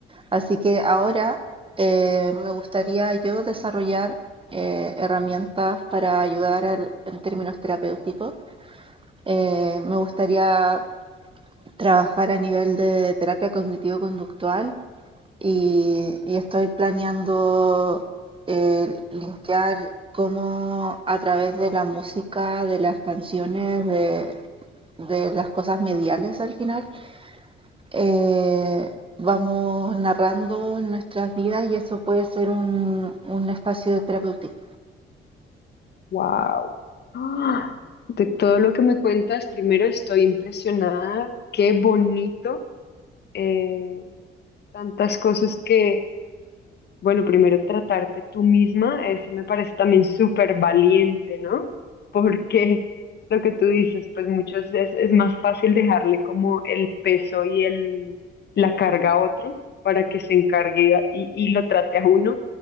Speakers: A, on the right; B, on the left.
A: Así que ahora eh, me gustaría yo desarrollar eh, herramientas para ayudar al- en términos terapéuticos. Eh, me gustaría trabajar a nivel de terapia cognitivo-conductual y, y estoy planeando eh, linkear cómo a través de la música, de las canciones, de, de las cosas mediales al final, eh, vamos narrando nuestras vidas y eso puede ser un, un espacio terapéutico.
B: Wow. ¡Ah! De todo lo que me cuentas, primero estoy impresionada. Qué bonito. eh, tantas cosas que Bueno, primero tratarte tú misma, eso me parece también súper valiente, ¿no? Porque lo que tú dices, pues muchos es, es más fácil dejarle como el peso y el, la carga a otro para que se encargue y, y lo trate a uno.